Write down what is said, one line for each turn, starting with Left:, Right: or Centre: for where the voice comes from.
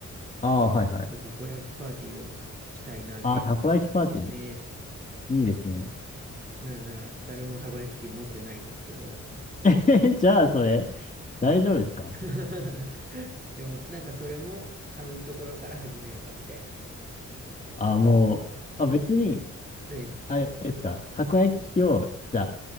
Left: ああ、はいはい。
Right: ちょっとたこ焼きパーティーでもしたいなっていう話になってて、
Left: ああ、たこ焼きパーティー。いいですね。
Right: うんなんなら誰もたこ焼き器持ってないんですけど、
Left: え <laughs> じゃあ、それ、大丈夫ですか
Right: うん <laughs> でもなんかそれも買うところから始めようかみたいな。
Left: あ、もう、あ、別に、
Right: はい。
Left: あれですか、たこ焼き器を、じゃあ、